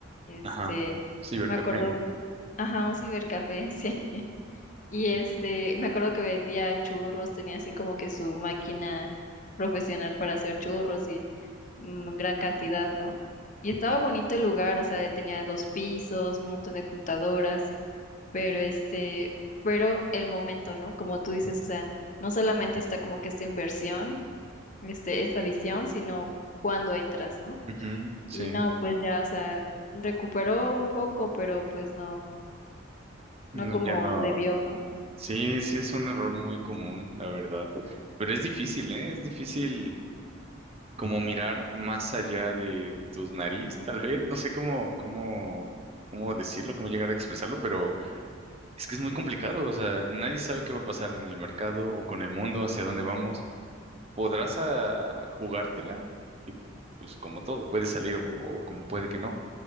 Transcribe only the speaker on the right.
Ajá, cibercafé,
¿no?
Sí.
Ujú, sí,
No,
ya no.
Sí, sí es un error muy común, la verdad. Pero es difícil, ¿eh? Es difícil como mirar más allá de tus nariz, tal vez. No sé cómo, cómo, cómo decirlo, cómo llegar a expresarlo, pero es que es muy complicado. O sea, nadie sabe qué va a pasar en el mercado o con el mundo, hacia dónde vamos. Podrás ah, jugártela y pues como todo, puede salir o, o como puede que no.